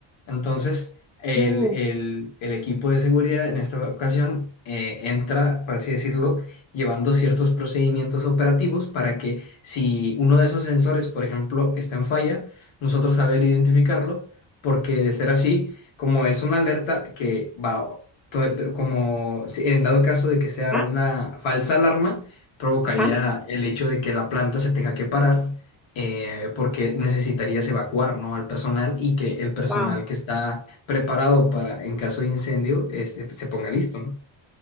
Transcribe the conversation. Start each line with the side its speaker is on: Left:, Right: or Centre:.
Left: Entonces, el,
Centre: uh,
Left: el- el equipo de seguridad en esta ocasión eh, entra, por así decirlo, llevando ciertos procedimientos operativos para que si uno de esos sensores, por ejemplo, está en falla, nosotros saber identificarlo, porque de ser así, como es una alerta que va, to- como si- en dado caso de que sea
Centre: ah,
Left: una falsa alarma, provocaría
Centre: ajá,
Left: el hecho de que la planta se tenga que parar. eh, porque necesitarías evacuar, ¿no? al personal y que el personal
Centre: wow,
Left: que está preparado para, en caso de incendio, este, se ponga listo, ¿no?